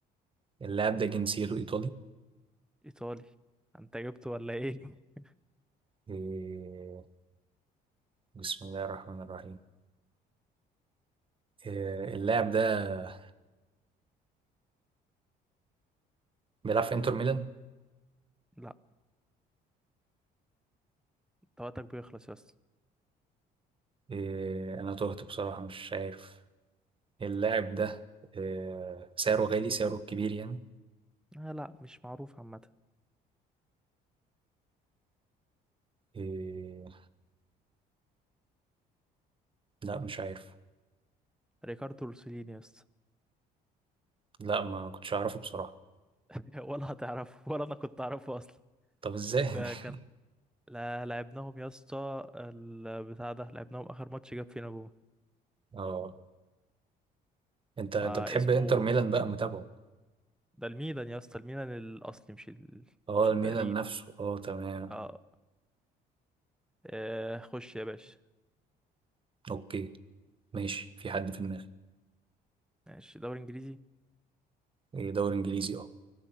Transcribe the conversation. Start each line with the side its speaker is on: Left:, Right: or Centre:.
Right: اللاعب ده جنسيته إيطالي
Centre: ايطالي انت جبته ولا ايه <laughs>
Right: آه، بسم الله الرحمن الرحيم آه، اللاعب ده بيلعب في إنتر ميلان
Centre: لا طاقتك بيخلص يا اسطى
Right: آه، أنا تهت بصراحة مش عارف اللاعب ده آه، سعره غالي سعره كبير يعني
Centre: آه لا مش معروف عامة
Right: إيه... لا مش عارف
Centre: ريكاردو روسيليني يا اسطى
Right: لا ما كنتش اعرفه بصراحة
Centre: <laughs> ولا هتعرفه ولا انا كنت اعرفه اصلا
Right: طب ازاي
Centre: ده كان
Right: <laughs>
Centre: لا لعبناهم يا اسطى البتاع ده لعبناهم اخر ماتش جاب فينا جون
Right: اه انت
Centre: فاسمه
Right: انت بتحب انتر ميلان
Centre: اسمه
Right: بقى متابعه
Centre: ده الميلان يا اسطى الميلان الاصلي مش ال...
Right: اه
Centre: مش
Right: الميلان
Centre: التقليد
Right: نفسه اه تمام
Centre: اه آه، خش يا باشا
Right: اوكي ماشي في حد في دماغي
Centre: ماشي دوري انجليزي
Right: إيه دوري انجليزي اه